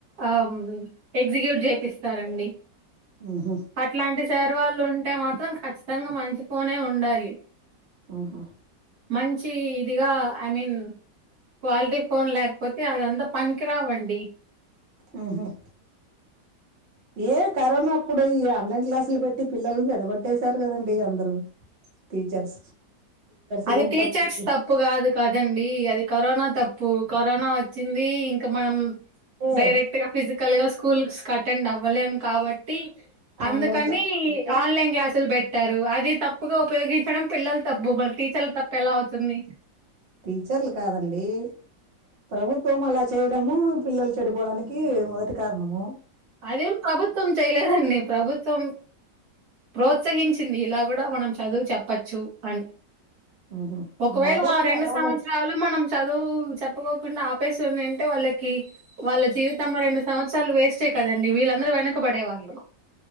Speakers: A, on the right; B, on the right.
A: ఆ ఎగ్జిక్యూట్ చేపిస్తారండి
B: మ్మ్ఉహ్మ్
A: అట్లాంటి సార్ వాళ్ళు ఉంటే మాత్రం ఖచ్చితంగా మంచిఫోనే ఉండాలి
B: ఆహా
A: మంచి ఇదిగా ఐ మీన్ క్వాలిటీ ఫోన్ లేకపోతే అదంతా పనికి రావండి
B: మ్మ్ఉహ్మ్ ఏ కరోనా అప్పుడు ఈ ఆన్లైన్ క్లాసులు పెట్టి పిల్లలను చెడగొట్టేశారు కదండి అందరుూ టీచర్స్
A: అది
B: ఇది ఏం
A: టీచర్స్
B: తప్పు
A: త ప్పు కాదు కదండి అది కరోనా తప్పు కరోనా వచ్చింది ఇంక మనం
B: ఏ
A: డైరెక్ట్‌గా ఫిజికల్‌గా స్కూల్స్‌కి అటెండ్ అవ్వలేం కాబ ట్టి అందుకని
B: ఆన్లైన్ క్లాస్ పెట్టి
A: ఆన్లైన్ క్లాసులు పె ట్టారు అది తప్పుగా ఉపయోగించడం పిల్లలు తప్పు మల్ల టీచర్లు తప్పు ఎలా అవుతుంది
B: టీచర్లు కాదండి ప్రభుత్వం అలా చేయడము పిల్లలు చెడిపోవడానికి మొదటి కారణము
A: అదేం ప్రభుత్వం చేయలేదండి ప్రభుత్వం ప్రోత్సహించింది ఇలా కూడా మనం చదువు చెప్పచ్చు అని
B: ఉహు
A: ఒకవేళ
B: అదే
A: ఆ రెండు
B: వాళ్ళు
A: సంవత్సరా లు మనం చదువు చెప్పకోకుండా ఆపేసి ఉనింటే వాళ్ళకి వాళ్ల జీవితమో రెండు సంవత్సరాలు వేస్టే కదండి వీళ్ళందరూ వెనకబడే వాళ్ళు